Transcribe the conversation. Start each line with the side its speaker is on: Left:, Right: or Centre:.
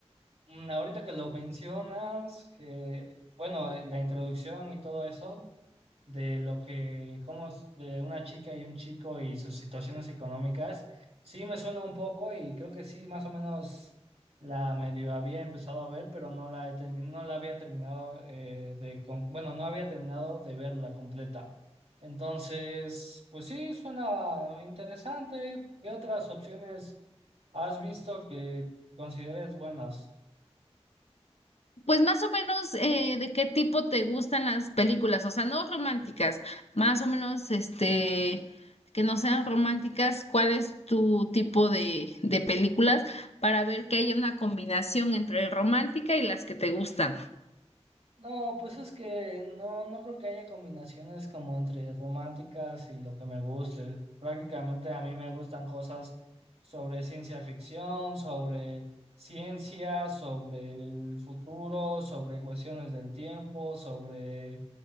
Right: Mm, ahorita que lo mencionas, que, bueno, eh, la introducción y todo eso. de lo que, como s- de una chica y un chico y sus situaciones económicas, sí me suena un poco y creo que sí, más o menos la medio había empezado a ver, pero no la, he termi- no la había terminado eh, de, con- bueno, no había terminado de verla completa. Entonces, pues sí, suena interesante. ¿Qué otras opciones has visto que consideres buenas?
Left: Pues más o menos eh, de qué tipo te gustan las películas, o sea, no románticas, más o menos este, que no sean románticas, ¿cuál es tu tipo de, de películas para ver que haya una combinación entre romántica y las que te gustan?
Right: No, pues es que no, no creo que haya combinaciones como entre románticas y lo que me guste. Prácticamente a mí me gustan cosas sobre ciencia ficción, sobre ciencia, sobre el futuro, sobre cuestiones del tiempo, sobre